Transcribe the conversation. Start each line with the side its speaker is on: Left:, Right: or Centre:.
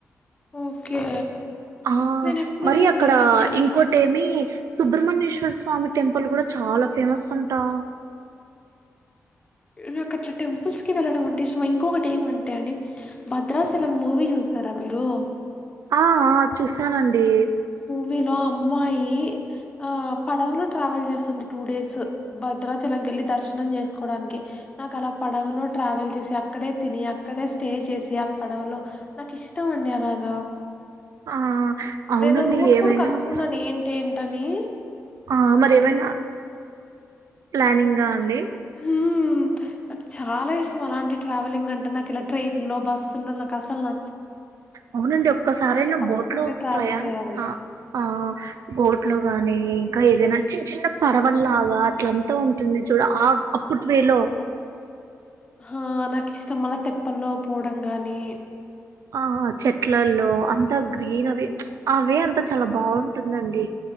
Left: ఓకే
Right: ఆ
Left: నేను ఎప్పుడూ
Right: మరి
Left: తినలేదండి.
Right: అక్కడ ఇంకోటేమి సుబ్రమణ్యేశ్వర స్వామి టెంపుల్ కూడా చాలా ఫేమస్ అంటా
Left: నాకు అట్ల టెంపుల్స్ కి వెళ్ళడం అంటే ఇష్టం ఇంకొకటేమంటే అండి భద్రాచలం మూవీ చూసారా మీరు
Right: ఆ ఆ చూశానండి
Left: వీళ్ళ అమ్మాయి ఆ పడవలో ట్రావెల్ చేస్తుంది టూ డేస్ భద్రాచలం కెళ్ళి దర్శనం చేసుకోని డానికి నాకలా పడవలో ట్రావెల్ చేసి అక్కడే తిని అక్కడే స్టే చేసి ఆ పడవలో నాకిష్టం అండి అలాగ
Right: ఆ! అవునండి.
Left: నేను రూట్
Right: ఏమైనా
Left: కూడా కనుక్కున్నాను
Right: గూడా
Left: ఏంటేం టని
Right: ఆ మరేమైనా ప్లానింగా అండి
Left: మ్ నాకు చాలా ఇష్టం అలాంటి ట్రావెలింగ్ అంటే నాకిలా ట్రైన్ లో బస్సుల్లో నాకస్సలు న
Right: అవునండి ఒక్కసారైనా
Left: పడవలోనే
Right: బోట్ లో
Left: ట్రావెల్
Right: ట్రయాన్
Left: చేయాలి
Right: ఆ బోట్ ట్ లో గాని ఇంకా ఏదైనా చిన్న చిన్న పడవల్లాగా అట్లంతా ఉంటుంది చూడు ఆ అప్పుటి వేలో
Left: హా నాకిష్టం అలా తెప్పల్లో పోవడం గాని
Right: ఆ చెట్లల్లో అం త గ్రీనరి
Left: హ్మ్
Right: ఆ వే అంతా చాలా బావుంటుందండి